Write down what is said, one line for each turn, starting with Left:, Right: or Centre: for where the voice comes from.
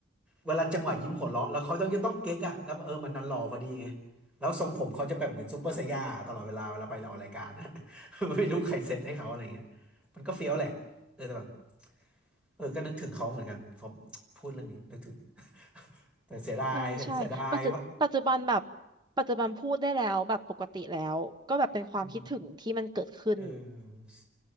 Centre: เวลาจังหวะยิ้มหัวเราะแล้วเขาต้องจะต้องเก๊กอะแล้วเออมันดันหล่อพอดีไงแล้วทรงผมเขาจะแบบเหมือนซูเปอร์ไซย่าตลอดเวลาเวลาไปออกรายการนะ <laughs> ไม่รู้ใครเซตให้เขาอะไรเงี้ยมันก็เฟี้ยวแหละเออแต่แบบเออก็นึกถึงเขาเหมือนกันผมพูดเรื่องนี้นึกถึงแต่เสียดายเสียเสียดายเพราะ
Right: ใช่ใช่ปัจจุปัจจุบันแบบปัจจุบันพูดได้แล้วแบบปกติแล้วก็แบบเป็นความคิดถึงที่มันเกิดขึ้น
Centre: อืมเออ